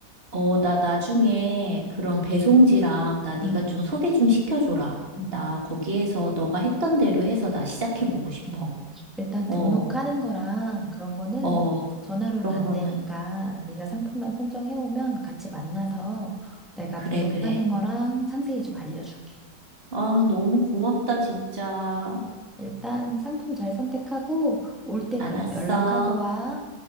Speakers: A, on the right (about 35°); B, in the centre.
A: 어, 나 나중에
B: 음,
A: 그런 배송지랑 나
B: 음,
A: 네가 좀 소개 좀 시켜줘라.
B: 음.
A: 나 거기에서 너가 했던 대로 해서 나 시작해보고 싶어.
B: 음, 일단
A: 어,
B: 등록하는 거랑 그런 거는
A: 어,
B: 전화로는
A: 그런
B: 안
A: 거는,
B: 되니까 네가 상품만 선정해 오면 같이 만나서 내가
A: 그래,
B: 등록하는
A: 그래.
B: 거랑 상세히 좀 알려줄게.
A: 아, 너무 고맙다, 진짜.
B: 일단 상품 잘 선택하고 올 때
A: 알았어.
B: 그럼 연락하고 와.